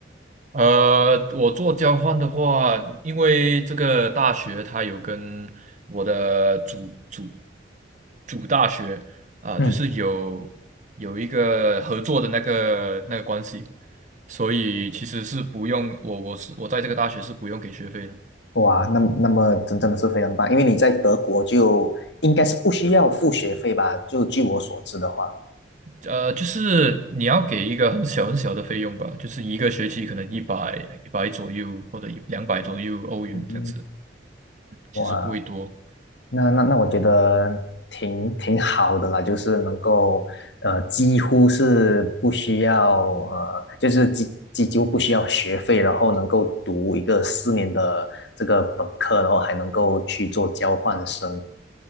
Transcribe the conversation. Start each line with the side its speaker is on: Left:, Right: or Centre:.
Right: 呃，我做交换的话，因为这个大学它有跟我的主主主大学啊、
Left: 嗯。
Right: 就是有有一个合作的那个那个关系，所以其实是不用我我是我在这个大学是不用给学费的，
Left: 哇，那么那么真真的是非常棒，因为你在德国就应该是不需要付学费吧？就据我所知的话，
Right: 呃，就是你要给一个很小很小的费用吧，就是一个学期可能一百一百左右或者一两百左右欧元这样子，
Left: 嗯
Right: 其实不会多。
Left: 哇，那那那我觉得挺挺好的啦，就是能够呃几乎是不需要呃就是几几几乎不需要学费，然后能够读一个四年的这个本科，然后还能够去做交换生。